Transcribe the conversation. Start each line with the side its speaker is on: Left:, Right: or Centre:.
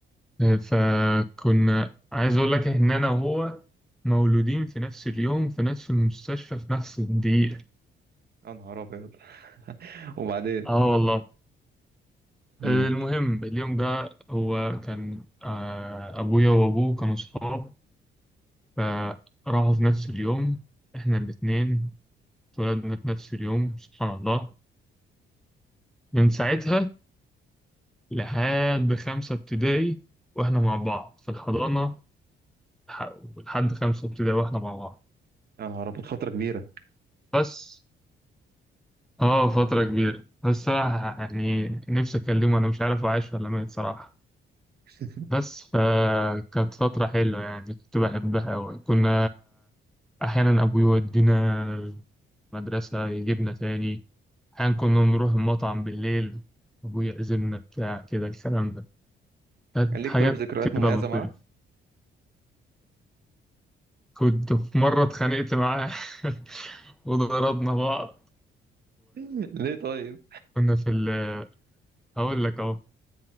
Centre: فكنا عايز أقول لك إن أنا وهو مولودين في نفس اليوم في نفس المستشفى في نفس الدقيقة
Right: يا نهار ابيض <laughs> وبعدين
Centre: اه والله
Right: امم
Centre: آه، المهم اليوم ده هو كان آه، أبويا وأبوه كانوا صحاب فراحوا في نفس اليوم إحنا الاتنين اتولدنا في نفس اليوم سبحان الله من ساعتها لحد خمسة ابتدائي وإحنا مع بعض في الحضانة لح- لحد خمسة ابتدائي وإحنا مع بعض
Right: يا نهار ابيض فتره كبيره
Centre: بس آه فترة كبيرة بس صراحة يعني نفسي أكلمه أنا مش عارف هو عايش ولا ميت صراحة
Right: <laughs>
Centre: بس فكانت فترة حلوة يعني كنت بحبها أوي كنا أحيانا أبوي يودينا مدرسة يجيبنا تاني أحيانا كنا نروح المطعم بالليل أبوي يعزمنا بتاع كده الكلام ده كانت
Right: كان ليك
Centre: حاجات
Right: طيب ذكريات
Centre: كده
Right: مميزه
Centre: لطيفة
Right: معاه
Centre: كنت في مرة اتخانقت معاه <laughs> وضربنا بعض
Right: <laughs> ليه طيب
Centre: وكنا في ال هقول لك أهو